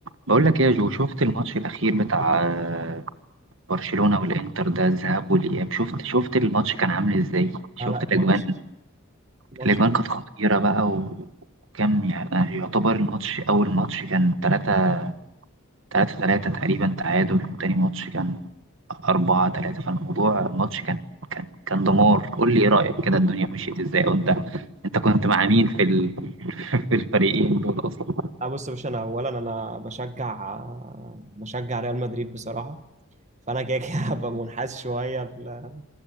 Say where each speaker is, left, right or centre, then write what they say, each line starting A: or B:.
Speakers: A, on the right; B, on the right.
A: بقول لك إيه يا جو شفت الماتش الأخير بتاع آه، برشلونة والإنتر ده الذهاب والإياب شفت شفت الماتش كان عامل إزاي شفت
B: لا لا الماتش
A: الأجوان
B: الماتش
A: الأجوان كانت خطيرة بقى و- وكم يعني يعتبر الماتش أول ماتش كان تلاتة تلاتة تلاتة تقريبا تعادل وتاني ماتش كان أربعة تلاتة فالموضوع الماتش كان كان كان دمار قول لي إيه رأيك كده الدنيا مشيت إزاي وأنت أنت أنت كنت مع مين في ال... <laughs> في الفريقين دول أصلا
B: آه بص يا باشا انا اولا انا بشجع آه، بشجع ريال مدريد بصراحه فانا كده كده <laughs> هبقى منحاز شويه ل-